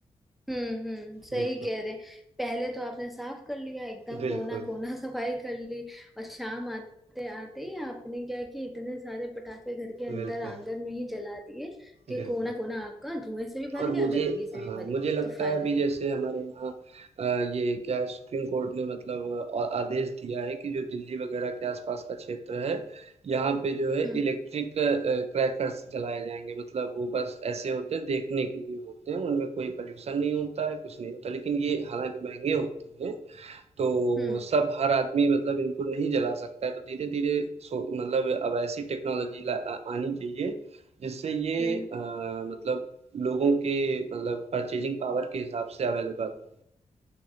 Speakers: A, in the centre; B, on the right.
A: हम्म हम्म सही
B: बिल्कुल।
A: कह रहे हैं पहले तो आपने साफ कर लिया एकदम
B: बिल्कुल,
A: कोना कोना <laughs> सफाई कर ली और शाम आते आते ही आपने क्या कि इतने सारे पटाखे घर के अंदर
B: बिल्कुल,
A: आंगन में ही जला दिए कि
B: बिल्कुल।
A: कोना कोना आपका धुएं से भी भर
B: और
A: गया
B: मुझे
A: गंदगी से भी
B: हाँ,
A: भर
B: मुझे
A: गया
B: लगता
A: तो फायदा
B: है अभी
A: नहीं
B: जैसे हमारे यहाँ अ, ये क्या है सुप्रीम कोर्ट ने मतलब अ, आदेश दिया है कि जो दिल्ली वगैरह के आसपास का क्षेत्र है, यहाँ पे जो है
A: हम्म
B: इलेक्ट्रिक अ, क्रैकर्स जलाए जाएँगे। मतलब वो बस ऐसे होते हैं देखने के लिए होते हैं, उनमें कोई पॉल्यूशन नहीं होता है, कुछ नहीं होता। लेकिन ये हालाँकि महँगे होते हैं तो
A: हम्म
B: सब हर आदमी मतलब इनको नहीं जला सकता है तो धीरे धीरे सो मतलब अब ऐसी टेक्नोलॉजी आनी चाहिए जिससे ये
A: हम्म
B: अ, मतलब लोगों के मतलब परचेजिंग पावर के हिसाब से अवेलेबल हो